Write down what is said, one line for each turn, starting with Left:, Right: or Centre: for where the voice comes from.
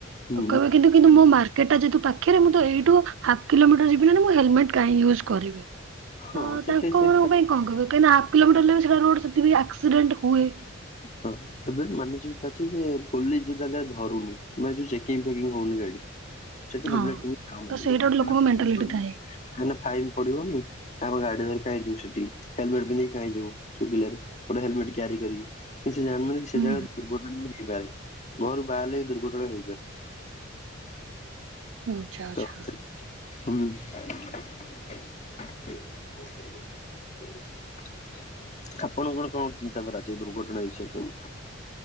Left: ହୁଁ
Right: କହିବେ କିନ୍ତୁ କିନ୍ତୁ ମୋ ମାର୍କେଟେ ଯେହେତୁ ପାଖରେ ମୁଁ ତ ଏଇଠୁ ହାପ୍ କିଲୋମିଟର ଯିବି ମାନେ ହେଲେମେଟ୍ କାହିଁ ୟୁଜ୍ କରିବି
Left: ହଁ
Right: ତ
Left: ସେଠି
Right: ତାଙ୍କ
Left: ସେ
Right: ମାନଙ୍କ ପାଇଁ କଣ କହିବ କାହିଁକିନା ହାପ୍ କିଲୋମିଟର ହେଲେ ବି ସେଟା ରୋଡ଼୍ ସେଥିପାଇଁ ଆକ୍ସିଡେଣ୍ଟ ହୁଏ
Left: ହଁ ଏବେ ମାନସିକତା ଅଛି ଯେ ପୋଲିସ ଯୋଉ ଜାଗାରେ ଧରୁନି ମାନେ ଯୋଉ ଚେକିଙ୍ଗି ଫେକିଙ୍ଗି ହଉନି ଗାଡ଼ି ସେଠି
Right: ହଁ
Left: ହେଲମେଟ୍ ପିନ୍ଧି ଯାଉନାହାନ୍ତି
Right: ତ ସେଇଟା
Left: ଲୋକ
Right: ଗୋଟେ
Left: କାଇଁ
Right: ଲୋକଙ୍କ ମେଣ୍ଟାଲିଟି ଥାଏ।
Left: ନା ଫାଇନ୍ ପଡିବନି ଆମେ ଗାଡ଼ିରେ କାଇଁ ଯିବୁ ସେଠି ହେଲେମେଟ୍ ପନ୍ଧିକି କାଇଁ ଯିବୁ ଶୁଖିଲା ରେ ଗୋଟେ ହେଲେମେଟ୍ କ୍ୟାରି କରି କିନ୍ତୁ ସେ ଜାଣିନାହାନ୍ତି କି ସେ
Right: ହୁଁ
Left: ଜାଗାରେ ଦୁର୍ଘଟଣା ବି ହେଇପାରେ ଘରୁ ବାହାରିଲେ ବି ଦୁର୍ଘଟଣା ହେଇପାରେ
Right: ଆଚ୍ଛା
Left: ତ
Right: ଆଛା
Left: ହୁଁ ଆପଣଙ୍କୁ କଣ କଣ ଚିନ୍ତାଧାରା ଅଛି ଦୁର୍ଘଟଣା ବିଷୟରେ ସବୁ